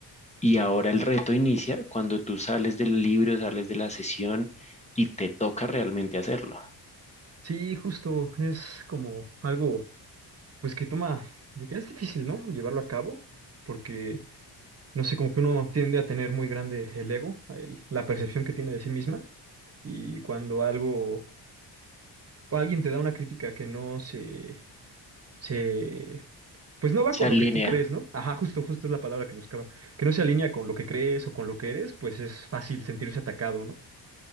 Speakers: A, on the left; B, on the right.
A: Y ahora el reto inicia cuando tú sales del libro, sales de la sesión y te toca realmente hacerlo.
B: Sí, justo, es como algo Pues que toma, de que es difícil, ¿no? Llevarlo a cabo, porque, no sé, como que uno tiende a tener muy grande el ego, el- la percepción que tiene de sí misma, y cuando algo, o alguien te da una crítica que no se, se, pues no va
A: Se
B: con
A: alinea.
B: lo que tú crees, ¿no? Ajá, justo, justo es la palabra que buscaba, que no se alinea con lo que crees o con lo que eres, pues es fácil sentirse atacado, ¿no?